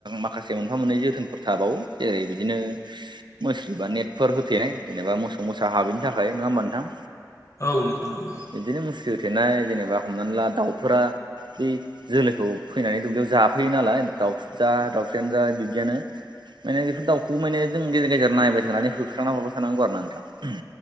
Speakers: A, on the right; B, on the left.
A: माखासे मोनफा मोननै जोथोनफोर थाबावो जेरै बिदिनो मुस्रि बा नेटफोर होथेनाय जेनेबा मोसौ मोसा हाबैनि थाखाय नङा होमबा नोंथां।
B: औ नोंथां औ
A: बिदिनो मुस्रि होथेनाय जेनेबा हमनानै ला दाउफोरा। बे जोलैखौ फैनानै दुब्लियाव जाफैयो नालाय दाउथुब जा दाउस्रानो जा बिब्दियानो माने बेफोर दाउखौबो माने जों गेजेर गेजेर नायबाय थानानै होखांना हरबाय थानांगौ आरो ना नोंथां